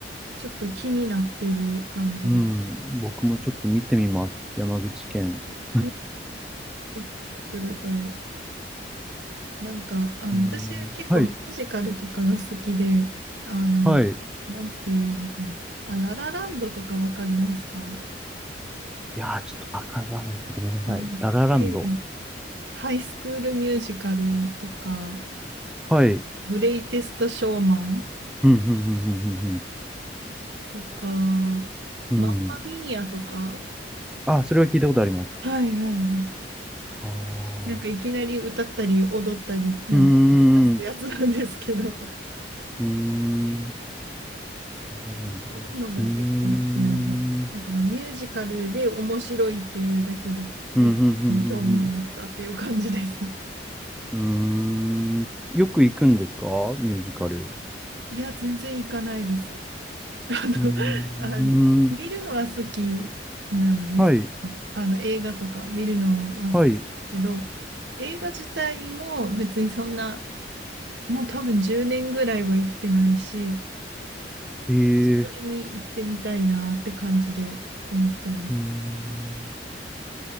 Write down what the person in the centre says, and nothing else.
うん。僕もちょっと見てみます。山口県。<laughs>
うんはい。
はい。
いやー、ちょっとわからないですね。ごめんなさい。
ララランド。
はい。
うん、うん、うん、うん、
うん。うん。あ、それは聞いたことあります。
ああ
う
ーん、
うーん、ララランドね。
うーん、
うん、
うん、うん、うん。うーんよく行くんですかミュージカル。
うーうん。
うーん、
はい、
はい。
えー、
うーん。